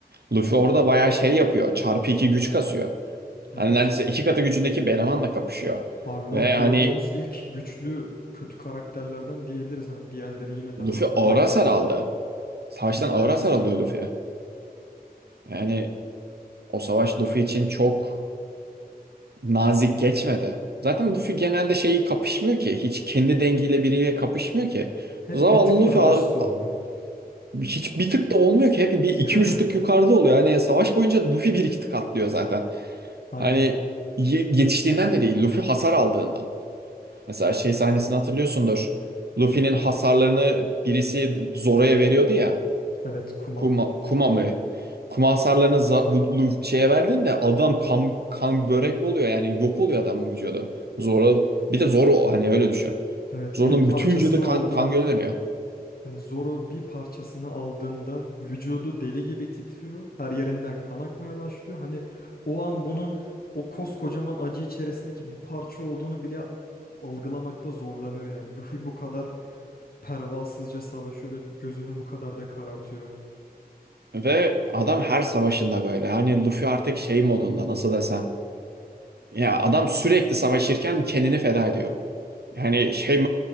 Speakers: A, on the right; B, on the left.
A: Luffy orada bayağı şey yapıyor. Çarpı iki güç kasıyor.
B: Evet.
A: Hani neredeyse iki katı gücündeki bir elemanla kapışıyor.
B: Arlong
A: Ve hani
B: gördüğümüz ilk güçlü kötü karakterlerden diyebiliriz. Hani diğerleri yine
A: Luffy
B: daha kolay
A: ağır hasar
B: kalıyordu.
A: aldı. Savaştan
B: Luffy bayağı
A: ağır hasar
B: hasar
A: alıyor
B: aldı.
A: Luffy. Yani o savaş Luffy için çok nazik geçmedi. Zaten Luffy genelde şeyi kapışmıyor ki. Hiç kendi dengiyle biriyle kapışmıyor ki.
B: Hep
A: Zavallı
B: bir tık
A: Luffy
B: daha
A: a-
B: üstü oluyor.
A: a- hiç bir tık da olmuyor ki. Hep bir iki
B: <laughs>
A: üç tık yukarıda oluyor. Hani savaş boyunca Luffy bir iki tık atlıyor zaten.
B: Aynen.
A: Hani ye- yetiştiğinden de değil, Luffy hasar aldığından. Mesela şey sahnesini hatırlıyorsundur. Luffy'nin hasarlarını birisi Zoro'ya veriyordu ya.
B: Evet kuma.
A: Kuma, Kuma mı? Kuma hasarlarını za- Luffy, şeye verdiğinde adam kan, kan börek oluyor yani yok oluyor adamın vücudu. Zoro bir de Zoro hani öyle düşün.
B: Evet
A: Zoro'nun
B: bir parçasını
A: bütün vücudu
B: aldığında
A: kan, kan gölüne dönüyor.
B: hani Zoro bir parçasını aldığında vücudu deli gibi titriyor. Her yerinden kan akmaya başlıyor. Hani o an bunun o koskocaman acı içerisindeki bir parça olduğunu bile algılamakta zorlanıyor yani. Luffy bu kadar pervasızca savaşıyor ve gözünü bu kadar da karartıyor.
A: Ve adam her savaşında böyle. Hani Luffy artık şey modunda nasıl desem. Ya adam sürekli savaşırken kendini feda ediyor. Yani şey